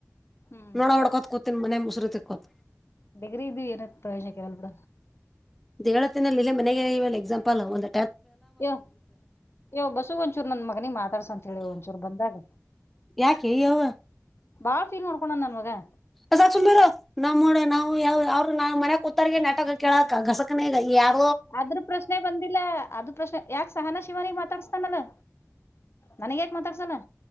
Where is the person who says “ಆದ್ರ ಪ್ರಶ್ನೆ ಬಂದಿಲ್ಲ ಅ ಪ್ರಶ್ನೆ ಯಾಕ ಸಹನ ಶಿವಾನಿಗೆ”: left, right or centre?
Left